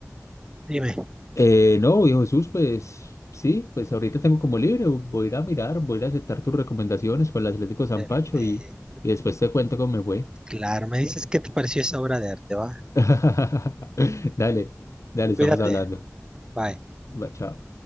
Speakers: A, on the right (about 15°); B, on the left (about 70°).
A: dime,
B: Eh, no, viejo Jesús, pues sí, pues ahorita tengo como libre, voy a ir a mirar, voy a ir a aceptar tus recomendaciones con el Atlético San
A: eh,
B: Pacho
A: eh,
B: y, y después te cuento cómo me fue.
A: claro, me dices qué te pareció esa obra de arte, va.
B: <laughs> Dale, dale, estamos
A: Cuídate,
B: hablando.
A: bye.
B: Va, chao.